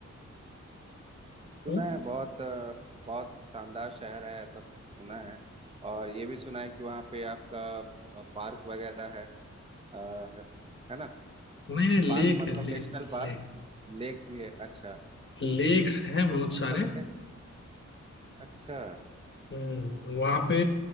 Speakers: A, on the right; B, on the left.
A: सुना
B: हम्म?
A: है बहुत अ, बहुत शानदार शहर है ऐसा सुना है और ये भी सुना है कि वहाँ पे आपका अ, पार्क वगैरह है अ, है है ना
B: नहीं नहीं
A: पार्क
B: लेक
A: मतलब
B: है लेक
A: नेशनल पार्क
B: लेक
A: लेक भी है अच्छा
B: लेक्स हैं
A: अच्छा
B: बहुत
A: कौन
B: सारे
A: सा लेक है अच्छा
B: हम्म वहाँ पे